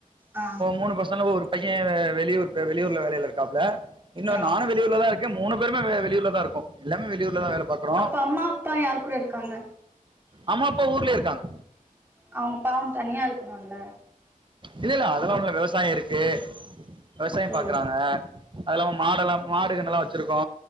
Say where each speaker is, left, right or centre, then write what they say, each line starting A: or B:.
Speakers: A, on the right (about 15°); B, on the right (about 35°).
A: ஆ
B: மூணு பசனுல ஒரு பைய வெளியூர் வெளியூர்ல வேலையில இருக்காப்புல இன்னு
A: ஆ
B: நானு வெ ளியூர்லதா இருக்க மூணு பேருமே வெ வெளியூர்லதா இருக்கோ எல்லாமே வெளியூர்லதா வேல பாக்கறோ
A: அப்ப அம்மா அப்பா யார் கூட இருக்காங்க
B: அம்மா அப்பா ஊர்லயே இருக்காங்க
A: அவங்க பாவ தனியா இருக்கணுல்ல
B: இல்ல இல்ல அதெல்லா ஒன்னுல விவசாய இருக்கு விவசாயம்
A: ஓ
B: பாக்கறாங்க அது இல்லாம மாடெல்லா மாடு கன்னெல்லா வச்சிருக்கோ